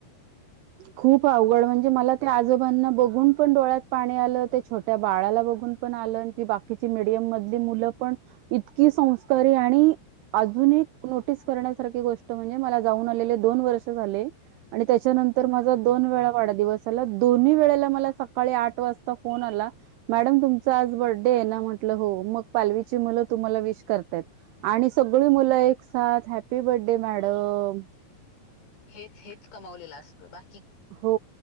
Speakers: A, on the right (about 85°); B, on the left (about 70°).
A: खूप अवघड म्हणजे मला त्या आजोबांना बघून पण डोळ्यात पाणी आलं ते छोट्या बाळाला बघून पण आलं ती बा मडियम मधली मुलं पण इतकी संस्कारी आणि अजून एक नोटीस करण्यासारखी गोष्ट म्हणजे मला जाऊन आलेले दोन वर्ष झाले आणि त्याच्यानंतर माझा दोन वेळा वाढदिवस आला दोन्ही वेळेला मला सकाळी आठ वाजता फोन आला मॅडम तुमचं आज बर्डे आहे ना म्हटलं हो मग पालवीची मुलं तुम्हाला विश करताय आणि सगळी मुलं एक साथ हॅपी बर्थडे मॅडम
B: हेच हेच कमावलेलं असतं बाय
A: हो